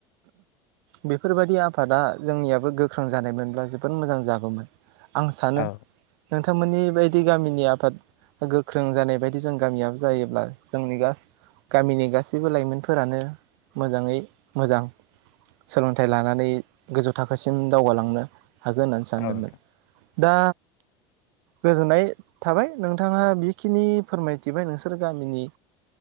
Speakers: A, on the right; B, on the left.
A: बेफोरबायदि आफादा जोंनियाबो गोख्रों जानायमोन अब्ला जोबोद मोजां जागौमोन आं सानो
B: औ
A: नोंथांमोननि बायदि गामिनि आफाद गोख्रों जानाय बायदि जों गामियाब जायोब्ला जोंनि गासि गामिनि गासिबो लाइमोनफोरानो मोजाङै मोजां सोलोंथाइ लानानै गोजौ थाखोसिम दावगालांनो हागोन होननानै सानदोंमोन
B: औ नोंथां
A: दा गोजोननाय थाबाय नोंथाङा बेखिनि फोरमायथिबाय नोंसोर गामिनि